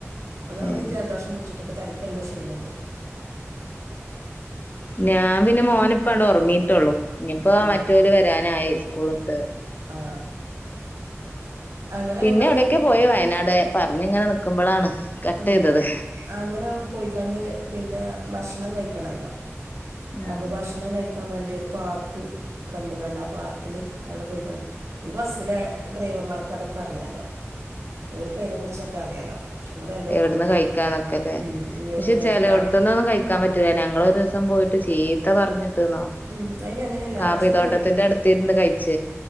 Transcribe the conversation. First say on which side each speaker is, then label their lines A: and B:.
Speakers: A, on the right; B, on the left.
A: ഒന്നാമതി
B: ഏഹ്
A: ജലദോഷം പുടിച്ചിട്ട് ക്ക് തടിക്കല്ല ഷീണണ്ട്‌.
B: ഞാൻ പിന്നെ മോന് ഇപ്പാണ്ട് ഒ റങ്ങിട്ടൊ ള്ളു ഇനിപ്പോ
A: ആ
B: മറ്റോല് വരാനായി സ്കൂള്ട്ട്
A: ആ ആ അങ്ങനെ
B: പിന്നെ
A: ഞങ്ങള്
B: എവിടൊക്കെ പോയി? വയനാട് പറഞ്ഞിങ്ങനെ നിക്കുമ്പളാണ് കട്ട്
A: ഉം
B: യ്തത്.
A: അങ്ങനെ പോയിക്കാണ്ട് പിന്നെ ഭക്ഷണം കഴിക്കണല്ലോ
B: ആഹ്
A: അപ്പൊ ഭക്ഷണം കഴ ക്കാൻ വേണ്ടി ഒരു പാർക്ക് കണ്ട കണ്ട് പാർക്കില് അവിടെ പോയി ക ഈ ബസില ഡ്രൈവർമാർ തൊക്കെ അറിയാലോ ഓൽകൈനെ കുറിച്ചൊക്കെ അറിയാലോ ഓലെല്ലോടത്തും
B: എവിടന്ന് കഴിക്കാന്നൊക്കെല്ലേ
A: ഉം ഇഞ്ഞ് ഇവിടുന്ന്
B: പക്ഷെ
A: കഴിക്കാ
B: ചില എവിടത്തന്നൊന്നും കഴിക്കാൻ പറ്റൂല ഞങ്ങളൊ ഒരു ദിവസം പോയിട്ട് ട്ട് ചീത്ത പറഞ്ഞിട്ട്ന്നോ
A: ഉം അയിന് അങ്ങനെയല്ല
B: കാപ്പി
A: ഭക്ഷണം
B: തോട്ടത്തിന്റെ
A: കഴി
B: അടുത്ത്രുന്ന് കഴിച്ചു